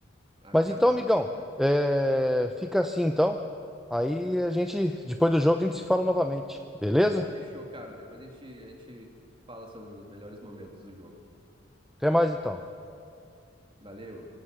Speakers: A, on the right (about 25°); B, in the centre.
A: Aguardar,
B: Mas então, amigão,
A: isso aí.
B: é, fica assim então. Aí a gente, depois do jogo, a gente se fala novamente, beleza?
A: Fechou, cara. Depois a gente, a gente fala sobre os melhores momentos do jogo.
B: Até mais então.
A: Valeu!